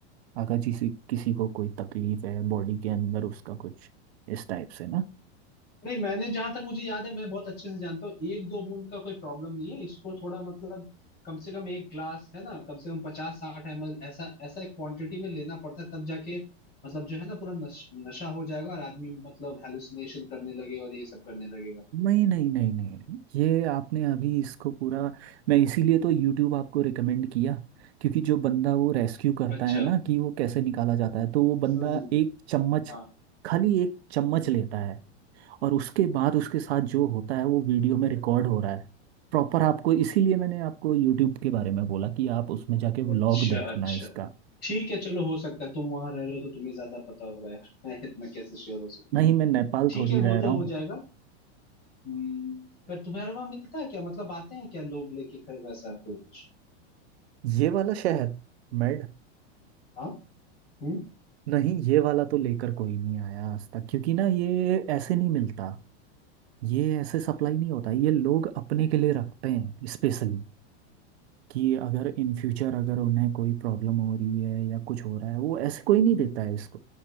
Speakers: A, on the right; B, on the left.
A: अगर किसी किसी को कोई तकलीफ है बॉडी के अंदर उसका कुछ इस टाइप से ना
B: नहीं मैंने जहां तक मुझे याद है मैं बहुत अच्छे से जानता हूँ एक दो बूंद का कोई प्रॉब्लम नहीं है इसको थोड़ा मतलब कम से कम एक ग्लास है ना कम से कम पचास साठ एम एल ऐसा ऐसा एक क्वांटिटी में लेना पड़ता है तब जाके मतलब जो है ना पूरा नश, नशा हो जाएगा और आदमी मतलब हेलुसिनेशन करने लगेगा और ये सब करने लगेगा
A: नहीं नहीं नहीं नहीं ये आपने अभी इसको पूरा मैं इसीलिए तो YouTube आपको रिकमेंड किया क्योंकि जो बंदा वो रेस्क्यू करता
B: अच्छा
A: है ना कि वो कैसे निकाला जाता है तो वो बंदा
B: हम्म हम्म,
A: एक चम्मच
B: हाँ
A: खाली एक चम्मच लेता है और उसके बाद उसके साथ जो होता है वो वीडियो में रिकॉर्ड हो रहा है प्रॉपर आपको इसीलिए मैंने आपको यूट्यूब के बारे में बोला कि आप उसमें जाके व्लॉग
B: अच्छा
A: देखना
B: अच्छा
A: है इसका
B: ठीक है चलो हो सकता है तुम वहां रह रहे हो तो तुम्हें ज्यादा पता होगा यार मैं इतना कैसे श्योर हो सकता
A: नहीं
B: हूँ
A: मैं नेपाल
B: ठीक
A: थोड़ी
B: है
A: रह
B: वो
A: रहा
B: तो
A: हूँ
B: हो जाएगा हम्म, पर तुम्हारे वहां मिलता है क्या मतलब आते हैं क्या लोग लेके घर वैसा कुछ
A: <laughs> ये वाला शहर मेड
B: हाँ हम्म
A: नहीं ये वाला तो लेकर कोई नहीं आया आज तक क्योंकि ना ये ऐसे नहीं मिलता ये ऐसे सप्लाई नहीं होता ये लोग अपने के लिए रखते हैं स्पेशली कि अगर इन फ्यूचर अगर उन्हें कोई प्रॉब्लम हो रही है या कुछ हो रहा है वो ऐसे कोई नहीं
B: हम्म,
A: देता है इसको